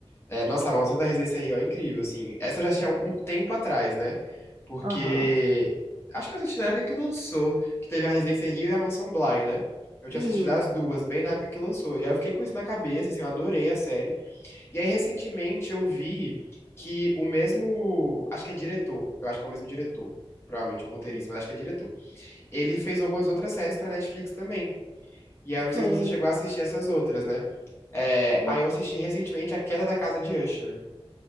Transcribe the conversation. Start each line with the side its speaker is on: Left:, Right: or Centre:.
Left: É, nossa, a Maldição da Residência Hill é incrível, assim. Essa eu já assisti há um tempo atrás, né? Porque
Right: Aham.
Left: acho que eu assisti na época que lançou, que teve a Residência Hill e a Mansão Bly, né? Eu tinha
Right: Isso.
Left: assistido as duas, bem na época que lançou. E aí eu fiquei com isso na cabeça, assim, eu adorei a série. E aí, recentemente, eu vi que o mesmo. Acho que é diretor. Eu acho que é o mesmo diretor. Provavelmente o roteirista, mas acho que é diretor. Ele fez algumas outras séries pra Netflix também. E aí, eu
Right: Fez.
Left: não sei se você chegou a assistir essas outras, né? É,
Right: E-
Left: aí eu assisti recentemente A Queda da Casa de Usher.